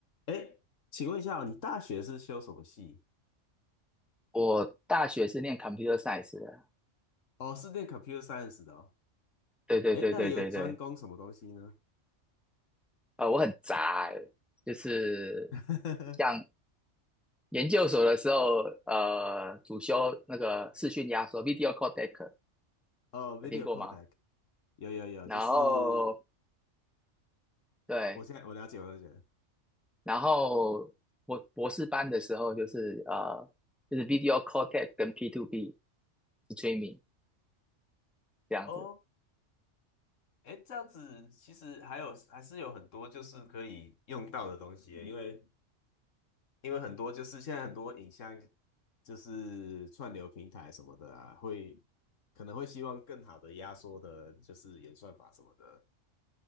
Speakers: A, on the left; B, in the centre.
A: 哎，请问一下哦你大学是修什么系？
B: 我大学是念 computer science 的，
A: 哦，是念 computer science 的哦。
B: 对对对对对对，
A: 哎，那你有专攻什么东西呢？
B: 呃，我很杂欸，就是
A: <laughs>
B: 像研究所的时候，呃，主修那个视讯压缩 （video codec），
A: 哦，video
B: 有听过吗？
A: codec，有有有，
B: 然后
A: 就是
B: 对，
A: 我现在我了解，我了解。
B: 然后我博士班的时候就是呃，就是 video codec 跟 P2P streaming 这样子。
A: 哦，哎，这样子其实还有还是有很多就是可以用到的东西耶因为因为很多就是现在很多影像就是串流平台什么的啊，会可能会希望更好的压缩的，就是演算法什么的。